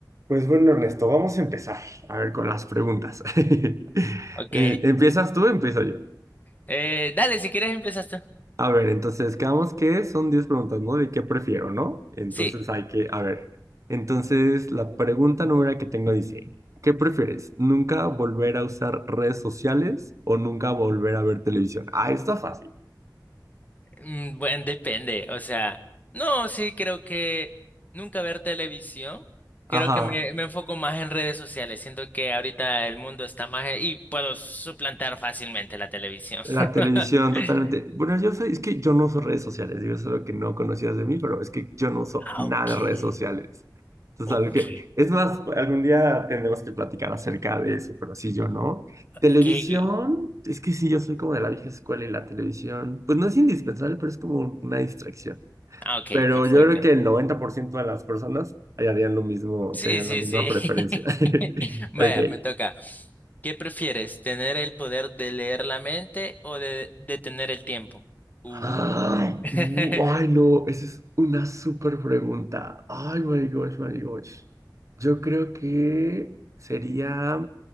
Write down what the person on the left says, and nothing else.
Ok.
Eh, dale, si quieres empiezas tú.
Sí,
mm, bueno, depende. O sea, no, sí, creo que nunca ver televisión. Creo
que me, me enfoco más en redes sociales. Siento que ahorita el mundo está más e- y puedo suplantar fácilmente la televisión.
<laughs>
Ah,
ok,
ok,
ok, ok.
Ah, ok,
perfecto.
Sí,
sí,
sí.
<laughs> Vaya,
me toca. ¿Qué prefieres, tener el poder de leer la mente o de detener el tiempo? Uh.
<laughs>